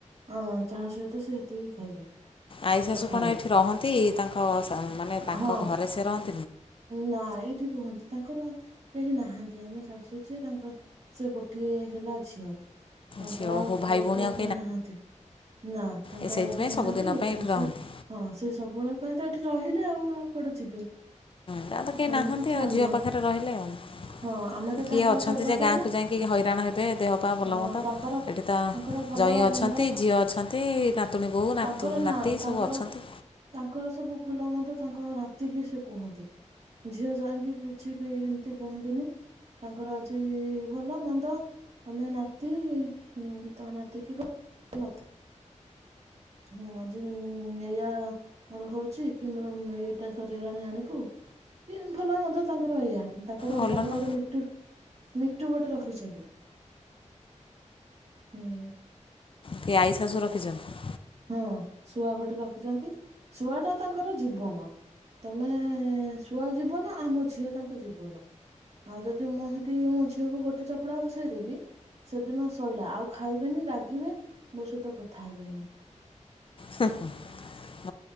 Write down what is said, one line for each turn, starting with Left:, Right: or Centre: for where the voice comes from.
Right: ହଁ ଚା ସହିତ ସେ ସେତିକି ଖାଇବେ
Left: ଆଇ ଶାଶୁ
Right: ସକାଳେ
Left: କଣ ଏଠି ରହନ୍ତି ତାଙ୍କ ମାନେ ତାଙ୍କ
Right: ହଁ
Left: ଘରେ ସେ ରହନ୍ତି
Right: ନା ଏଇଠି ରୁହନ୍ତି। ତାଙ୍କର କେହି ନାହାନ୍ତି ଆମ ଶାଶୁ ଯିଏ ତାଙ୍କର ସେ ଗୋଟିଏ ହେଲା ଝିଅ ତାଙ୍କର
Left: ଝିଅ
Right: ଆଉ
Left: ହଉ ଭାଇ
Right: ପୁଅ
Left: ଭଉଣୀ
Right: ଫୁଅ
Left: ଆଉ
Right: କେହି ନାହାନ୍ତି। ନା ତାଙ୍କର
Left: ଏ ସେଇଥିପାଇଁ
Right: ଆଉ କେହି ନାହାନ୍ତି
Left: ସବୁଦିନ
Right: ଗୋଟଏ
Left: ପାଇଁ ଏଠି
Right: ଝିଅ
Left: ରହନ୍ତି
Right: ହଁ ସେ ସବୁବେଳେ ମାନେ ତ ଏଠି ରହିଲେ ଆଉ ଆଉ କୁଆଡେ ଯିବେ?
Left: ତା ତ କେହି
Right: ଆମେ
Left: ନାହାନ୍ତି
Right: ବି ଛାଡୁନା
Left: ଆଉ ଝିଅ ପାଖରେ ରହିଲେ ଆଉ
Right: ହଁ ଆମେ
Left: ତ କେହି
Right: ତାଙ୍କର
Left: ନାହାନ୍ତି ଝିଅ ପାଖରେ ରହିଲେ ଆଉ କିଏ ଅଛନ୍ତି
Right: ସର୍ବାସର୍ବା
Left: ଯେ ଗାଁକୁ ଯାଇକି ହଇରାଣ ହେବେ ଦେହ ପାା ଭଲ
Right: ହଁ
Left: ମନ୍ଦ
Right: ତାଙ୍କର
Left: ଏଠି ତ
Right: ତାଙ୍କର ଭଲ
Left: ଯୋଇଁ ଅଛନ୍ତି
Right: ମନ୍ଦ
Left: ଝିଅ ଅଛନ୍ତି ନାତୁଣୀ ବୋଉ ନାତୁ
Right: ତାଙ୍କର ନା
Left: ନାତି ସବୁ
Right: ତାଙ୍କର
Left: ଅଛନ୍ତି।
Right: ତାଙ୍କର ସବୁ ଭଲ ମନ୍ଦ ତାଙ୍କ ନାତିକି ସେ କୁହନ୍। ଝିଅ ଯାଇକି କିଛି ବି ସେମିତି କୁହନ୍ତିନି ତାଙ୍କର ଆଜି ଝିଅ ଜଇଁ କି କିଛି ବି କୁହନ୍ତିନି। ଭଲ ମନ୍ଦ ତମେ ନାତି ତ ନାତିକି ମତେ ହଁ ଆଜି ଏଇଆ ମୋର ହଉଛି କି ମୋର ଏଇଟା ସରିଗଲାଣି ଜାଣିପୁ କି ଭଲ ମନ୍ଦ ତାଙ୍କର ଏଇଆ। ତାଙ୍କର
Left: ଭଲ
Right: ତାଙ୍କର
Left: ନା
Right: ଗୋଟେ ମିଟୁ ମିଟୁ ଗୋଟେ ରଖିଛନ୍ତି ହୁଁ।
Left: କିଏ ଆଈ ଶାଶୁ ରଖିଛନ୍ତି।
Right: ହଁ ଶୁଆ ଗୋଟେ ରଖିଚନ୍ତି ଶୁଆଟା ତାଙ୍କର ଜୀବନ ତମେ ଶୁଆ ଜୀବନ ଆମ ଝିଅ ତାଙ୍କ ଜୀବନ ଆଉ ଯଦି ମୁଁ ସେଠି ମୋ ଝିଅକୁ ଗୋଟେ ଚପୁଡା ବସେଇଦେବି ସେଦିନ ଶଇଲା ଆଉ ଖାଇବେନି ରାଗିବେ ମୋ ସହିତ କଥା ହେବେନି।
Left: ହୁଁହଁ